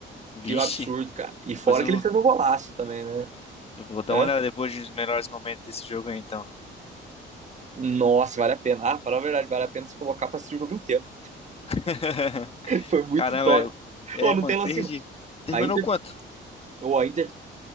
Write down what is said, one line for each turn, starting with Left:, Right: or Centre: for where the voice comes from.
Left: Vixe,
Right: que absurdo, cara. E
Left: depois
Right: fora
Left: eu,
Right: que ele fez um golaço também, né?
Left: eu vou dar
Right: Hã?
Left: uma olhada depois dos melhores momentos desse jogo aí, então.
Right: Nossa, vale a pena. Ah, para a verdade, vale a pena se colocar pra assistir o jogo inteiro.
Left: <laughs>
Right: <laughs> Foi muito
Left: Caramba,
Right: top.
Left: eu... É,
Right: Ou
Left: mano,
Right: não tem
Left: perdi.
Right: lance.
Left: Terminou
Right: Ainda
Left: quanto?
Right: Ou a Inter,